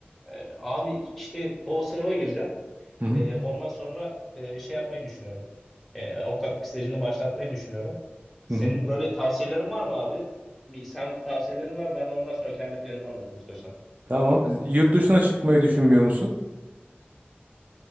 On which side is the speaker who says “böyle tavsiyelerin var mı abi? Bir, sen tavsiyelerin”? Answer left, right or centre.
Centre